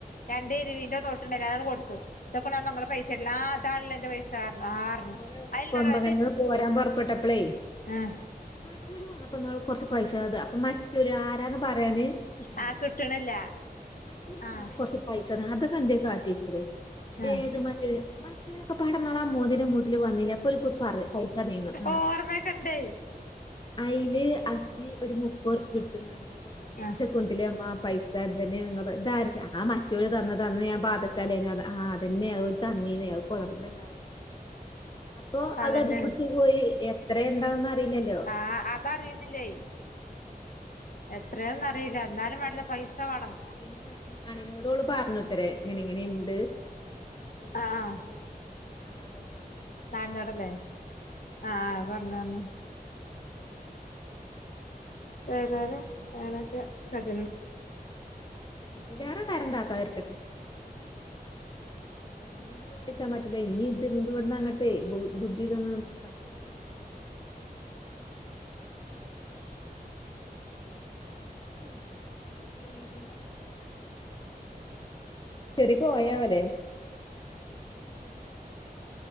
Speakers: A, on the left; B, on the left.
A: രണ്ട് ഇരുവീന്റെ നോട്ട്ണ്ടയ്ന്നു അതാണ്ട് കൊടുത്ത് ഇതാക്ക്ണു മ്മ പൈസഎല്ലാ താൺല്ലെ ന്റെ പൈസാറ്ഞ്ഞു ആറ്ഞ്ഞു
B: അതുപോലെ
A: അയില്നോട്
B: കൊമ്പങ്കന്ന്
A: ത്
B: പോരാൻ പുറപ്പെട്ടപ്പളേ
A: ആഹ്
B: മറ്റൊര് വന്നപ്പോ ന്നാള് കൊറച്ച് പൈസത് അപ്പൊ മറ്റൊല് ആരാന്ന് പറയാന്. കിട്ടുണ്ല്ല
A: ആഹ് കിട്ടണില്ല
B: ആ മറ്റൊൽ
A: ആഹ്
B: വന്നപ്പോ കൊറച്ച് പൈസ അതൊക്കെ എന്തെ കാട്ടീഒയിചുത്രെ.
A: ആഹ്
B: ഏത് മറ്റൊല് മറ്റൊരൊക്പാടെ ന്നാളാമോന്തിൻ്റെ മൂട്ടില് വന്നില്ലെ അപ്പൊ ഓൽരുക്കൊന്ന് പറ പൈസ മതീന്ന് ആ
A: ഓർമ്മയൊക്കെ ഇണ്ട്
B: അയില് അസി ഒരു മുപ്പുർപ്പി എടുത്ത്ക്കാണ്ട് കൊടുതൂതരെ
A: ആഹ്
B: ത കുൻടിലെ മ്മാ പൈസ. <unintelligible> താര് തന്നെയ ഇങ്ങൾ ഇതാര് <unintelligible> വെച്ചതാ ആ മറ്റൊര് തന്നത് അന്ന് ഞാൻ പാതേചലെയ്നോ അത് ആ അതന്നെ അത് ഓൽ തന്നീന്ന്. കോളർമയില്ലാതെ അപ്പൊ
A: അതന്നെണ്
B: അത് കൈപിടിച്ച് പോയി എത്ര എന്താന്നും അറിയില്ലല്ലോ
A: ആഹ് അതറീണിയുല്ലൈ. എത്രയാന്നറിയില്ല ന്നാലുംവേണ്ടില്ല പൈസ
B: അത്
A: വേണം.
B: പിന്നെ അള്യനോടോള് പറഞ്ഞുത്തരെ ങ്ങനി ങ്ങനിം ണ്ട്. അങ്ങനെ കുഞിക്കാശ്പത്രി
A: ആഹ്
B: പോകാൻ ആ അതായ്കോട്ടെ.
A: <unintelligible> താന്നോടല്ലേ ആഹ് അത് പറഞ്ഞു പറഞ്ഞു.
B: പറഞ്ഞോ <inaudible>
A: ഏതായാലും അങ്ങനെ ഒക്കെ കജ്ജ്ണ്ട്
B: ഇതിലേറെ തരം താത്താതിര്ക്കട്ടെ. ഇതന്നെ ഞമ്മക്ക് സഹിച്ചാ പറ്റൂല്ല ഇനി ഇതിന്ന് വ്ട്ന്നങ്ങ്ട്ടൈ ബു ബുദ്ധി തൊന്നും പറ്റ <unintelligible> കുറ്റക്കാരാ ഉഉം വേറെന്താ? ഷെറി പോയാവല്ലേ?